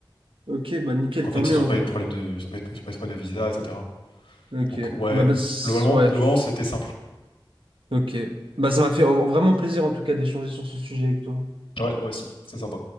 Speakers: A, on the right (about 75°); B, on the left (about 90°).
A: Ok, bah nickel,
B: Donc en
A: tant
B: fait,
A: mieux
B: ils n'ont
A: en
B: pas
A: vrai.
B: eu de problème de, ils ont pas eu de ils ont pas eu de problème de visa, etc.
A: Ok,
B: Donc ouais,
A: bah, bah, c-
B: globalement,
A: ouais,
B: globalement,
A: je-
B: c'était simple.
A: ok. Bah ça m'a fait euh, vraiment plaisir en tout cas d'échanger sur ce sujet avec toi.
B: Ouais, moi aussi, c'est sympa.